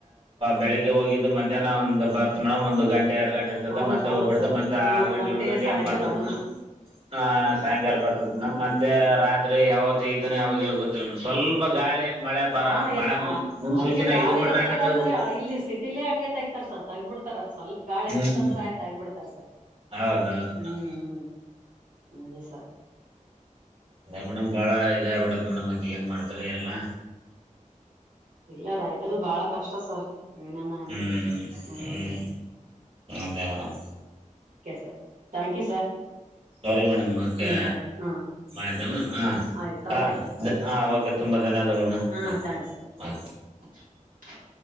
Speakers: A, on the right; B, on the right.
A: ಬೆಳಿಗ್ಗೆ ಹೋಗಿದ್ದು ಮಧ್ಯಾಹ್ನ ಒಂದು್ ಬರ್ತ ಮೇಡ್ ಒಂದು ಗಂಟೆ ಎರಡ್ ಗಂಟೆ ಇರ್ತ
B: ಹೌದ್
A: ಮತ್ತ
B: ಹೌದ್
A: ಹೋಗ್ಬಿತ
B: ಸರ್
A: ಮತ್ತೆ ಆ
B: ಹಾ
A: ಗಂಟೆ
B: ಮತ್ತೆ
A: ಏಳ ಗಂಟ
B: ಸಾಯಂಕಾಲ
A: ಎ ಬರ್ತ
B: ಹ್ಮ್
A: ಮೇಡಂ. ಆ ಸಾಯಂಕಾಲ ಬರ್ತದಡಮ್ ಮತ್ತೆ ರಾತ್ರಿ. ಯಾವತ್ ಹೇಗತಾನೆ ಅವಾಗೆಲ್ಲ ಗೊತ್ತಿಲ್ಲ್ ಸ್ವಲ್ಪ ಗಾಳಿ. ಮಳೆ ಬರ
B: ಹ ಎದ
A: ಮಳೆ ಮುನ್ಸೂಚನೆ
B: ಅಯ್ಯೆ ಗಾಳಿ
A: ಇದು ಬಿಟ್ರೆ
B: ಎದ್ದತ್ಂದ್ರ
A: ಹಂಗೆ ತೆಗ್ದ್ ಬಿಡ್ತಾನೆ
B: ಇಲ್ಲಿ ಸಿಟಿಲೇ ಹಂಗೆ ತಗತಾರ ಸರ್ ತಗ್ಬ ಬಿಡ್ತ. ರ ಸ್ವಲ್ಪ ಗಾಳ
A: ಹ್ಮ್
B: ಎದ್ದತ್ಂದ್ರೆ ಆಯ್ತಾ ಇದ್ದ್ ಬಿಡ್ತಾರ ಸರ್
A: ಹೌದೌದು ಮೇಡಮ್
B: ಹ್ಮ್ ಹ್ಮ್. ಅದೆ ಸರ್.
A: ಅದ ಮೇಡಮ್ ಬಾಳ ಇದೇ ಆಗ್ಬಿಡತ್ ಮೇಡಮ್ ಅತ್ತ ಏನ್ ಮಾಡ್ತರಿ ಎಲ್ಲಾ.
B: ಇಲ್ಲ ರೈತರದ ಬಾಳ ಕಷ್ಟ ಸರ್. ಇನ <unintelligible>
A: ಹ್ಮ್
B: ಹ್ಮ.
A: ಹ್ಮ್ ಅದೇ ಮೇಡಮ್
B: ಸ ಥಾಂಕ್ ಯು ಸರ್.
A: ಸರಿ ಮೇಡಮ್ ಓಕೆ
B: ಹ್ಮ್ ಥ್ಯಾಂಕ್ ಹ್ಮ್
A: ಬ್ತ ಮೇಡಮ್. ಹಾ
B: ಆಯ್ತು
A: ಹಾ
B: ಓಕೆ ಸರ್ ಹ್ಮ್
A: ಹಾ ಓಕೆ ತುಂಬಾ ಧನ್ಯವಾದಗಳನ್ನ.
B: ಹಾ ಥ್ಯಾಂಕ್ಸ್ <inaudible>